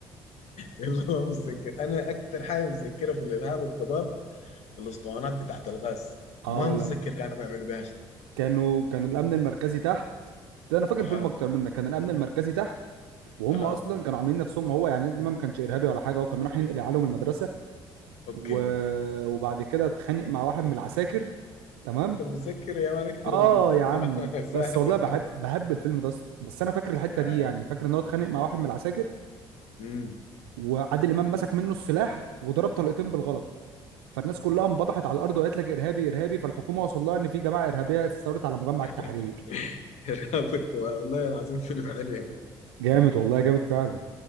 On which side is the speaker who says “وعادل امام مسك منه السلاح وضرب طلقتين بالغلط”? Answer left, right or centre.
Right